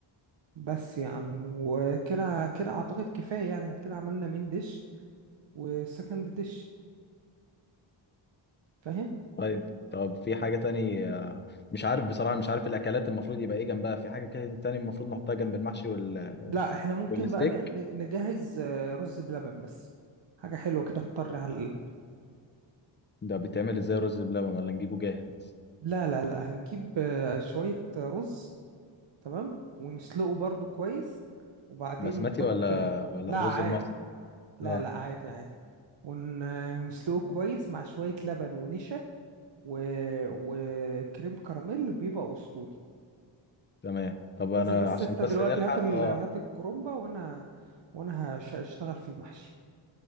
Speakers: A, on the right; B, on the left.
A: بس يا عم وكده كده اعتقد كفايه يعني كده عملنا مين ديش وسكند ديش فاهم
B: طيب طب في حاجه تاني آه، مش عارف بصراحه مش عارف الاكلات المفروض يبقى ايه جنبها في حاجه كده تاني المفروض نحطها جنب المحشي وال...
A: لا احنا ممكن
B: والستيك
A: بقى ن... ن- نجهز آه، رز بلبن بس حاجه حلوه كده تطر على القلب
B: ده بيتعمل ازاي رز بلبن ولا نجيبه جاهز
A: لا لا لا هنجيب آه، شويه رز تمام ونسلقه برضو كويس وبعدين
B: بسمتي
A: نحط
B: ولا
A: آه،
B: ولا
A: لا
B: الرز
A: عادي
B: المصري
A: لا
B: اه
A: لا عادي عادي ون... ونسلقه كويس مع شوية لبن ونشا و... وكريم كراميل بيبقى أسطوري
B: تمام طب انا
A: انزل بس
B: عشان
A: انت دلوقتي
B: بس نلحق
A: هات ال...
B: اه
A: هات الكرومبة وانا وانا هش- هشتغل في المحشي